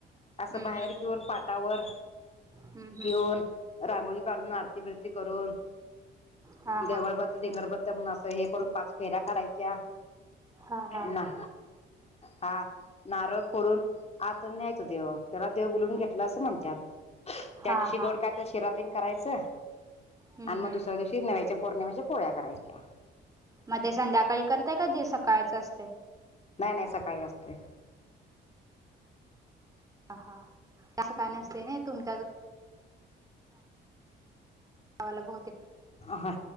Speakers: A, on the right; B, on the left.
A: हम्म
B: असं बाहेर
A: हम्म
B: घेऊन पाटावर.
A: हम्म
B: ठेऊन
A: हम्म
B: रांगोळी काढून आरती बिरती करून.
A: हा.
B: देवळ
A: हा
B: बत् दिंगड बत्त असं हे करून पाच फेऱ्या काढायच्या
A: हा
B: ना.
A: <unintelligible>
B: हा नारळ फोडून आत न्यायच देव त्याला देव बुलवून घेतल असं म्हणतात. त्या
A: हा
B: दिवशी
A: हा
B: गोड काय तर शिरातींग करायचं
A: हम्म
B: आणि मग
A: हम्म
B: दुसऱ्या दिवशी नव्याच्या पौर्णिमेच्या पोळ्या करायच्या
A: मग ते संध्याकाळी करत काधी सकाळचं असते
B: नाही नाही असं काही असते
A: ह हा असं काय नसते ना तुमच्या ला बत
B: ह